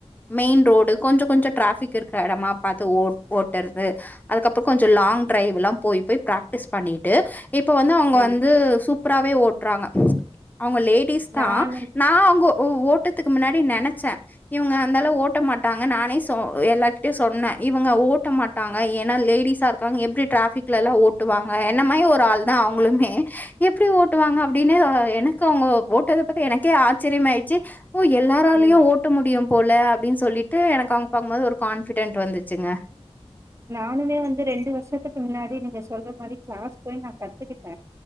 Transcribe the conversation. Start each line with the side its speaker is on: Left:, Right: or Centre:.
Left: மெயின் ரோடு கொஞ்சோ கொஞ்சோ டிராஃபிக் இருக்க எடமா பாத்து ஓட் ஓட்டற்து அதுக்கப்புற கொஞ்ச லாங் டிரைவ்லா போய் போய் ப்ராக்ட்டிஸ் பண்ணிட்டு இப்ப வந்து அவ்ங்க
Right: ம்
Left: வந்து சூப்புராவே ஓட்றாங்க அவ்ங்க லே ஃபீஸ்
Right: நானு
Left: நா அங்க ஓட்டத்துக்கு முன்னாடி நெனச்ச இவுங்க அந்தாலு ஓட்ட மாட்டாங்க நானே சொ எல்லார்கிட்டயு சொன்னே இவுங்க ஓட்ட மாட் டாங்க ஏனா லேடிஸா இருக்காங்க எப்டி டிராபிக்ல எல்லா ஓட்டுவாங்க என்ன மாரி ஒரு ஆள் னா அவுங்குளுமே எப்டி ஓட்டுவாங்க அப்டினு அ எனக்கு அவுங்க போட்டத பத்தி எனக்கே ஆச்சிரிய மாய்ட்ச்சி ஓ எல்லாராலயு
Right: ம்
Left: ஓட்ட முடியும் போல அப்டின் சொல்லிட்டு எனக்கு அங்க பாக்குமோது ஒரு கான்ஃபிடென்ட் வந்துச்சுங்க
Right: நானுமே வந்து ரெண்டு வருஷத்துக்கு முன்னாடி நீங்க சொல்ற மாரி கிளாஸ் போய் நா கத்துக்கிட்ட